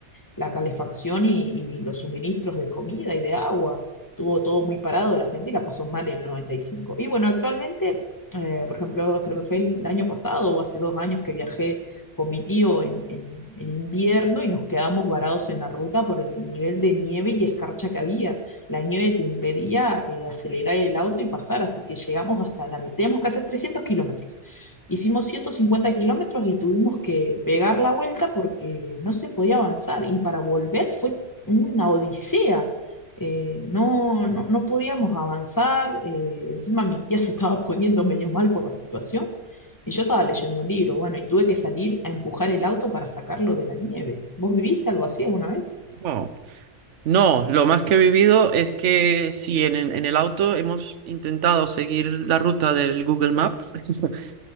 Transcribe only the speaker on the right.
No, no, lo más que he vivido es que sí en, en en el auto hemos intentado seguir la ruta del Google Maps <laughs>